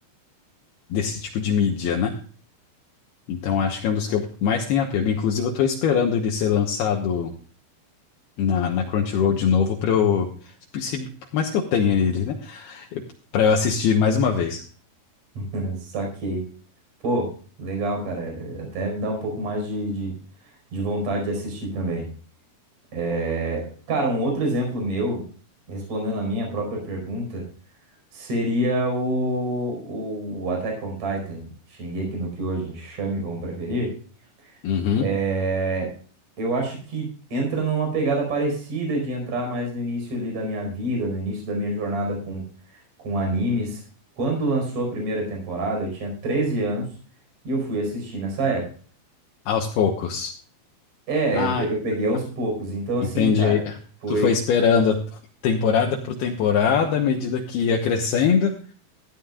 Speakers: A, on the left (about 70°); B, on the right (about 40°).
A: desse tipo de mídia, né? Então acho que é um dos que eu mais tenho apego. Inclusive, eu tô esperando ele ser lançado na, na Crunchyroll de novo pra eu. Se, por mais que eu tenha ele, né? Eu- Pra eu assistir mais uma vez.
B: <laughs> saquei. Pô, legal, cara. Até me dá um pouco mais de, de, de vontade de assistir também. É, cara, um outro exemplo meu, respondendo a minha própria pergunta, seria o, o Attack on Titan, Shingeki no Kyojin, chame como preferir.
A: Uhum.
B: É, eu acho que entra numa pegada parecida de entrar mais no início ali da minha vida, no início da minha jornada com, com animes. Quando lançou a primeira temporada, eu tinha 13 anos e eu fui assistir nessa época.
A: Aos poucos.
B: É,
A: Ah,
B: eu pe- eu peguei
A: uhum.
B: aos poucos. Então, assim,
A: entendi.
B: cara.
A: Aí,
B: Foi
A: Tu foi esperando temporada por temporada, à medida que ia crescendo,